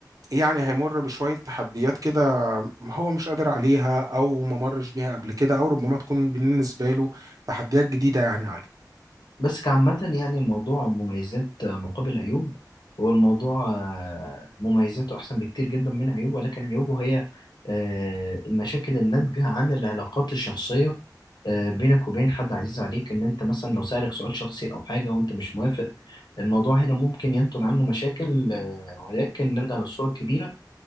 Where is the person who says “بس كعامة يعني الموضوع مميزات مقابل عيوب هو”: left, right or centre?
Left